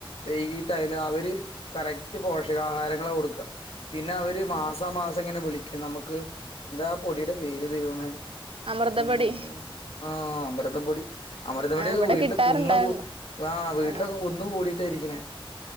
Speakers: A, on the left; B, on the right.
A: വൈകീട്ടായാലും അവ ര് കറക്റ്റ് പോഷകാഹാരങ്ങളാ കൊടുക്കാ പിന്നെ അവര്
B: ആ.
A: മാസാമാസം ഇങ്ങനെ വിളിക് നമുക്ക് എന്താ പൊടിയുടെ പേര് ദൈവമേ
B: അമൃതപൊടി
A: ഉം ആഹ് അമൃതം പൊടി അമൃതം പൊടി
B: ആ ഇവിടെ
A: വീട്ടില്
B: കിട്ടാറുണ്ടായിരുന്നു
A: കുന്നുകൂ ആഹ് വീട്ടിലൊക്കെ
B: ആ
A: കുന്നു കുന്നുകൂടിയിട്ടാ ഇരിക്കണേ